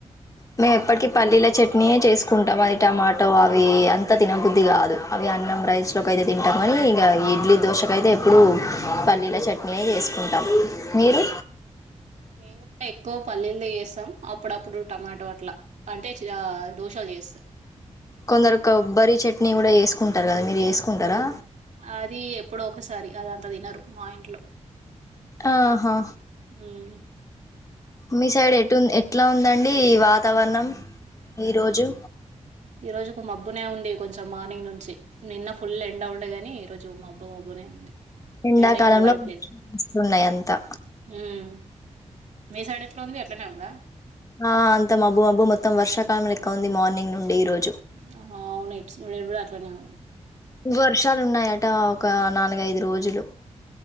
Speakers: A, on the left; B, on the right.
A: మేము ఎప్పటికిీ పల్లీల చట్నీయే చేసుకుంటాం అది టమాటో అవి అంత తినబుద్ది కాదు అవి అన్నం రైస్లోకి అయితే తింటాం కాని ఇంక ఇడ్లీ దోశక అయితే ఎప్పుడు పల్లీల చట్నీయే చేసుకుం మీరు
B: మేము కూడా ఎక్కువ పల్లీలు చేస్తాం అప్పుడప్పుడు టమాటో అట్లా అంటే దోశ తెస్
A: కొందరు కొబ్బరి చట్నీ కూడా చేసుకుంటారు కదా మీరు చేసుకుంటారా
B: అది ఎప్పుడో ఒకసారి అది అంత తినరు మా ఇంట్లో
A: ఆహా
B: ఉమ్
A: మీ సైడ్ ఎటు ఎట్లా ఉందండి వాతావరణం ఈరోజు
B: ఈ రోజు ఒక మబ్బునే ఉంది కొంచెం మార్నింగ్ నుంచి నిన్న ఫుల్ ఎండ వుండగాని ఈ రోజు మబ్బు మబ్బునే ఉంది
A: ఎండాకాలంలోస్తున్నాయి
B: ఎండ ఎక్కువ కాయట్లేదు
A: అంతా
B: ఉమ్ మీ సైడ్ ఎట్లా ఉంది అట్లనే ఉందా
A: ఆ అంత మబ్బు మబ్బు మొత్తం వర్షాకాలం లెక్క ఉంది మార్నింగ్ నుండి ఈ రోజు
B: ఆ అవును కూడా అట్లనే ఉంది
A: వర్షాలు ఉన్నాయట ఒక నాలుగైదు రోజులు